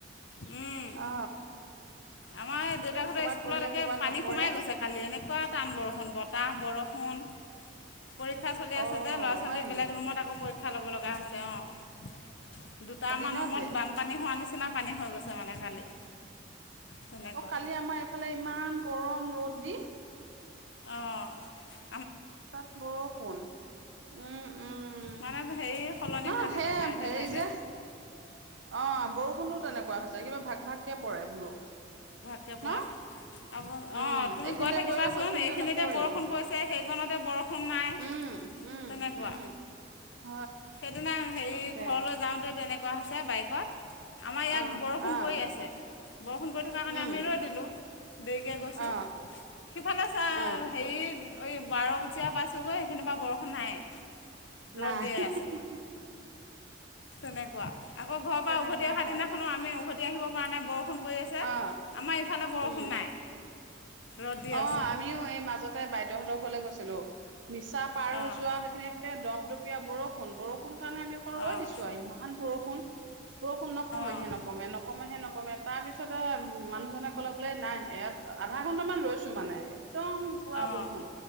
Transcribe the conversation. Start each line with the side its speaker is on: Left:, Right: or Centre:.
Left: উম।
Right: অ
Left: আমাৰ দেউতাকাহঁতেৰ
Right: ক'ৰবাত
Left: স্কুলত
Right: পৰিলে
Left: একে
Right: ক'ৰবাত
Left: পানী
Right: নপৰে
Left: সোমাই গৈছে কালি এনেকুৱা টান বৰষুণ বতাহ বৰষুণ। পৰীক্ষা চলি
Right: অ
Left: আছে যে ল'ৰা ছোৱালী
Right: হয় নেকি
Left: বেলেগ ৰুমত আকৌ পৰীক্ষা ল'ব লগা হৈছে অঁ। দুটামান
Right: অ দিনতে
Left: ৰুমত বানপানী হোৱা নিচিনা পানী হৈ গৈছে মানে কালি তেনেকুৱা
Right: অ কালি আমাৰ এইফালে ইমান গৰম ৰ'দ দি।
Left: অহঁ
Right: তাত বৰষুণ উম। উম
Left: মানে হেৰি সলনি
Right: নহ
Left: হৈ
Right: সেই
Left: থাকে ঠাইতে
Right: হেৰি
Left: ঠাইতে।
Right: যে অ বৰষুণো তেনেকুৱা হৈছে কিবা ভাগ ভাগকে পৰে বোলো
Left: একেবাৰে
Right: ন
Left: আ
Right: উম
Left: অ তুমি
Right: এইখিনিতে
Left: গৈ থাকিবাচোন
Right: পৰিলে সেইখিনিতে
Left: এইখিনিতে
Right: নপৰে
Left: বৰষুণ পৰিছে, সেইকণতে বৰষুণ নাই।
Right: উম উম
Left: তেনেকুৱা।
Right: উম হয়।
Left: সেইদিনা হেৰি
Right: তাকে
Left: ঘৰলৈ যাওঁতে তেনেকুৱা হৈছে বাইকত। আমাৰ ইয়াত
Right: অ
Left: বৰষুণ
Right: অ
Left: পৰি আছে, বৰষুণ পৰি থকাৰ কাৰণে
Right: উম
Left: আমি ৰৈ দিলোঁ। দেৰিকৈ গৈছোঁ
Right: অ
Left: সিফালে চ
Right: অ
Left: হেৰি। অ বাৰ বজীয়া পাইছোগৈ সেইখিনিৰ পৰা বৰষুণ নাই।
Right: নাই।
Left: ৰ'দ দিয়ে
Right: হে
Left: আছে
Right: হে হে হে
Left: তেনেকুৱা আকৌ ঘৰৰ
Right: তেনেকুৱা
Left: পৰা উভতি অহাৰ
Right: হয়
Left: দিনাখনো আমি। উভতি আহিব পৰা নাই বৰষুণ পৰি আছে
Right: অ
Left: আমাৰ ইফালে বৰষুণ
Right: উম
Left: নাই। ৰ'দ দি
Right: অ
Left: আছে
Right: আমিও এই মাজতে বাইদেউহঁতৰ ঘলৈ গৈছিলো। মিছা পাৰ
Left: অঁ
Right: হৈছো আৰু সেইখিনিতে দপদপীয়া বৰষুণ বৰষুণ। কাৰণে আমি অকণ ৰৈ
Left: অঁ
Right: দিছো আৰু ইমান বৰষুণ। বৰষুণ নকমে
Left: অঁ
Right: হে নকমে -নকমে হে নকমে তাৰ পিছতে মানুহজনেক কল বোলো নাই ইয়াত আধা ঘন্টামান ৰৈছো মানে একদম পুৰা
Left: অঁ
Right: বৰষুণ